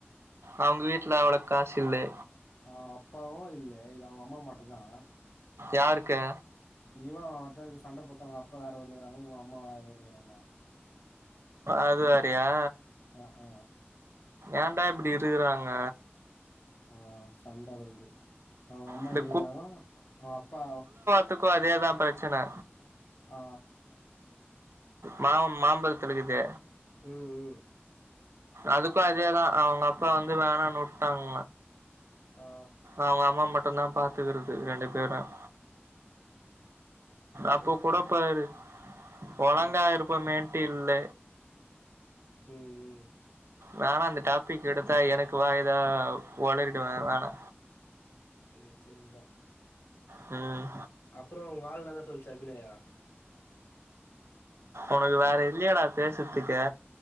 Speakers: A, on the right; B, on the left.
A: அவங்க வீட்ல அவ்ளோ காசு இல்லே
B: அ அப்பாவு இல்ல அவங்க அம்மா மட்டுந்தா
A: யாருக்கு
B: இவ அத இது சண்ட போட்டு அவ அப்ப வேற ஊர்ல இருக்கறாங்க இவங்க அம்மா வேற ஊர்ல இருக்கறாங்க
A: அது வேறயா
B: அ ஆ
A: ஏன்டா இப்டி இருக்கறாங்க
B: ஆ சண்ட வந்து அவங்க அம்மா
A: இந்த
B: எங்கக்கறாங்க அவங்க அப்பா
A: த்துக்கு அதேதா பிரச்சனை
B: ஆ
A: மா மாம்பழத்துலக்குது
B: ம் ம்
A: அதுக்கு அதேதா அவங்க அப்பா வந்து வேணானு வுட்டாங்க
B: ஆ
A: அவங்க அம்மா மட்டுந்தாபா கத்துக்கிறது ரெண்டு பேரும் அப்போ
B: சரிதா
A: கூடப்பாரு ஒழங்கா இருப்ப மேட்டு இல்ல
B: ம் ம்
A: வேணா அந்த டாபிக் எடுத்தா எனக்கு வாய்தா ஒளரிடுவேன் வேணா
B: இது சேரிதா
A: ம்
B: அப்பறம் உங்க ஆளு என்னா தான் சொல்லிச்சி அபிநயா
A: உனக்கு வேற இல்லையாடா பேசுறதுக்கே